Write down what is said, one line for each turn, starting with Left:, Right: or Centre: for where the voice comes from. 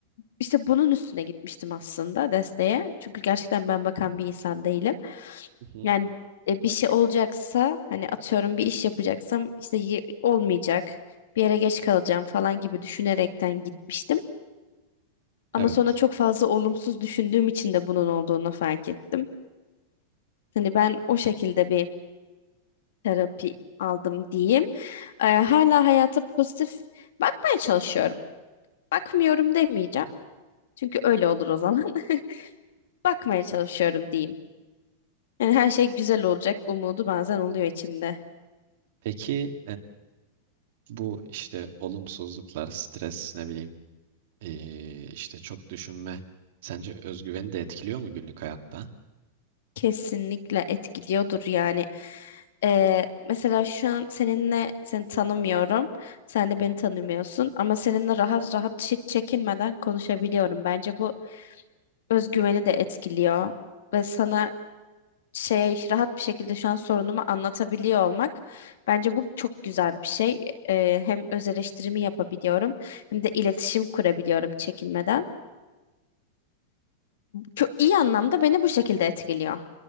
Left: işte bunun üstüne gitmiştim aslında desteğe. Çünkü gerçekten ben bakan bir insan değilim.
Right: Hı hı,
Left: Yani e, bir şey olacaksa hani atıyorum bir iş yapacaksam işte y- olmayacak, bir yere geç kalacağım falan gibi düşünerekten gitmiştim. Ama
Right: evet.
Left: sonra çok fazla olumsuz düşündüğüm için de bunun olduğunu fark ettim. Hani ben o şekilde bir terapi aldım diyeyim. Ee, hala hayata pozitif bakmaya çalışıyorum. Bakmıyorum demeyeceğim. Çünkü öyle olur o zaman. <laughs> Bakmaya çalışıyorum diyeyim. Yani her şey güzel olacak umudu bazen oluyor içimde.
Right: Peki Bu işte olumsuzluklar, stres, ne bileyim, eee, işte çok düşünme. Sence özgüveni de etkiliyor mu günlük hayatta?
Left: Kesinlikle etkiliyordur yani. Ee, mesela şu an seninle seni tanımıyorum. Sen de beni tanımıyorsun ama seninle rahat rahat hiç çekinmeden konuşabiliyorum. Bence bu özgüveni de etkiliyor ve sana şeye rahat bir şekilde şu an sorunumu anlatabiliyor olmak bence bu çok güzel bir şey. Ee, hem öz eleştirimi yapabiliyorum hem de iletişim kurabiliyorum çekinmeden. Çok iyi anlamda beni bu şekilde etkiliyor.